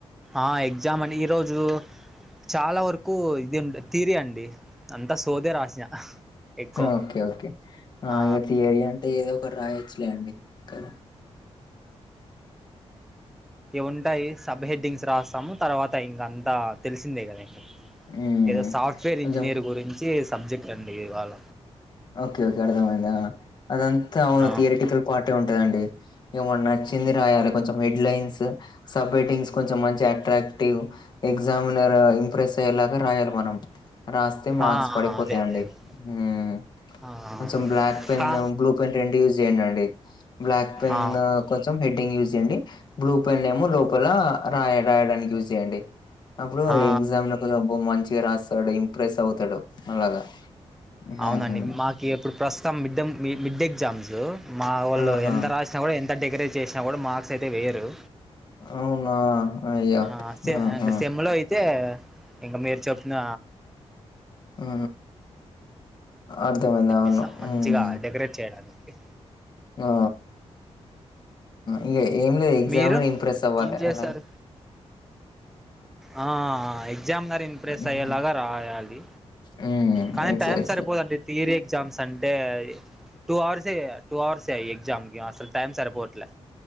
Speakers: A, in the centre; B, on the left.
A: ఆ ఎగ్జామ్ అండి ఈరోజు చాలా వరకు ఇది తీరి అండి అంత సోదే రాసా ఎక్కువ
B: ఓకే ఓకే
A: ఆ
B: ఇగ థియరీ అంటే ఏదో ఒకటి రాయొచ్చులే అండి కదా
A: ఉంటాయి సబ్ హెడ్డింగ్స్ రాస్తాము తర్వాత ఇంక అంతా తెలిసిందే కదా ఇంగ
B: ఉమ్,
A: ఏదో సాఫ్ట్వేర్
B: కొంచెం
A: ఇంజనీర్ గురించి సబ్జెక్ట్ అండి ఇవాళ
B: ఓకే ఓకే అర్థమైంది అదంతా అవును
A: ఆ
B: థియరిటికల్ పార్టే ఉంటదండి ఇగ మనకు నచ్చింది రాయాలి కొంచెం హెడ్లైన్స్ సబ్ హెడ్డింగ్స్ కొంచెం మంచిగ అట్రాక్టివ్ ఎగ్జామినర్ ఇంప్రెస్ అయ్యేలాగా రాయాలి మనం రాస్తే మార్క్స్
A: ఆ ఆ,
B: పడిపోతయండి
A: అదే అదే అదే
B: ఉమ్
A: ఆ
B: కొంచెం బ్లాక్ పెన్
A: కా
B: బ్లూ పెన్ రెండు యూజ్ చేయండండి బ్లాక్ పెన్
A: ఆ
B: కొంచెం హెడ్డింగ్ యూజ్ చేయండి బ్లూ పెన్ ఏమో లోపల రా రాయడానికి యూజ్ చేయండి అప్పుడు
A: ఆ
B: ఎగ్జామినర్ అబ్బో మంచిగ రాసాడు ఇంప్రెస్ అవుతాడు అలాగా ఉమ్,
A: అవునండి మాకు ఇప్పుడు ప్రస్తుతం మిడ్డ మిడ్ ఎగ్జామ్స్ మా వాళ్ళు
B: ఆహా
A: ఎంత రాసిన కూడా ఎంత డెకరేట్ చేసినా కూడా మార్క్స్ అయితే వేయరు
B: అవునా అయ్యో!
A: ఆ సే
B: ఆహా!
A: అంటే సెమ్లో అయితే ఇంగ మీరు చెప్పిన
B: ఉ అర్థమైంది అవును
A: ఇస్తాం మంచిగా
B: ఉమ్
A: డెకరేట్ చేయడానికి
B: ఆ ఇక ఏం లేదు ఎగ్జామినర్
A: మీరు
B: ఇంప్రెస్ అవ్వాలి
A: ఏం చేస్తారు
B: అలాగ
A: ఆ ఆ ఆ ఎగ్జామినర్ ఇంప్రెస్
B: హ్మ్.
A: అయ్యేలాగా రాయాలి
B: హ్మ్.
A: కానీ
B: ఎగ్జాక్ట్‌లీ.
A: టైం సరిపోదండి థియరీ ఎగ్జామ్స్ అంటే టూ అవర్సే టూ అవర్సే ఎగ్జామ్కి అసలు టైం సరిపోవట్లే